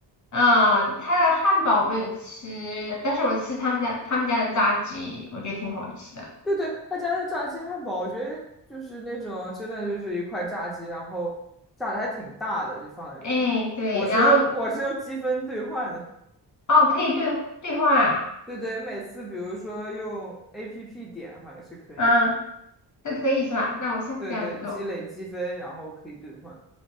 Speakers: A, on the left; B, in the centre.
A: 呃，他的汉堡我没有吃，但是我吃他们家他们家的炸鸡，我觉得挺好吃的。
B: 对对，他家的炸鸡汉堡，我觉得就是那种真的就是一块炸鸡，然后炸的还挺大的，就放在里面。
A: 哎，对，
B: 我是用我是用积分兑换的，
A: 然后哦，可以兑兑换啊。
B: 对对，每次比如说用 APP 点好像是可以的，
A: 啊，这可以是吧？那我下次这样子做，
B: 对对，积累积分，然后可以兑换。